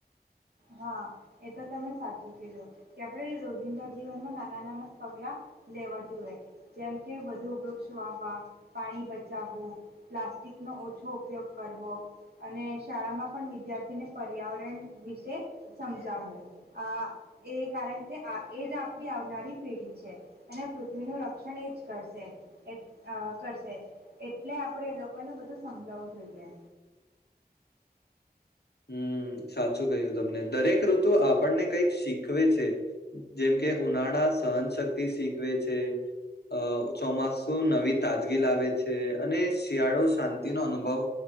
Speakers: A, on the right; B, on the left.
A: હા એ તો તમે સાચું કીધો કે આપડે રોજિંદા જીવનમાં નાના નાના પગલા લેવા જોએ જેમ કે વધુ વૃક્ષ વાવવા પાણી બચાવવું પ્લાસ્ટ પ્લાસિટિક ઓછો ઉપયોગ કરવો અને શાળામાં પણ વિદ્યાર્થી ને પર્યાવરણ વિ વિષય સમજાવવું આ એ કારણ કે એજ આપડી આવનારી પેઢી છે અને પૃથ્વીનું રક્ષણ એ જ કરશે એ અ કરશે એટલે આપણે એ લોકોને ને બધું સમજાવવું જોઈએ
B: હમ સાચું કહ્યું તમને દરેક ઋતુ આપણને કઈક શીખવે છે જેમ કે કે ઉનાળા સહનશક્તિ શીખવે છે. અ ચોમાસું નવી તાજગી લાવે છે અને શિયાળો શાંતિનો અનુભવ